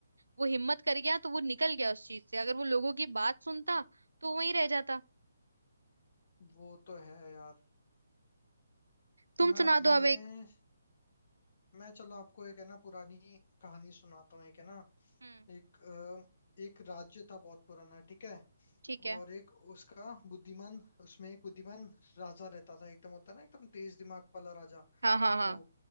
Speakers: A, on the right; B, on the left.
A: वो हिम्मत कर गया तो वो निकल गया उस चीज से अगर वो लोगों की बात सुनता तो वहीं रह जाता
B: वो तो है यार
A: तुम
B: है ना
A: सुना दो
B: मैं
A: अब एक
B: मैं चलो आपको एक है ना पुरानी कहानी सुनाता हूँ एक है ना
A: हम्म
B: एक अ, एक राज्य था बहुत पुराना ठीक है
A: ठीक है
B: और एक उसका बुद्धिमान उसमें एक बुद्धिमान राजा रहता था एकदम होता है ना एकदम तेज दिमाग वाला राजा
A: हाँ हाँ हाँ
B: वो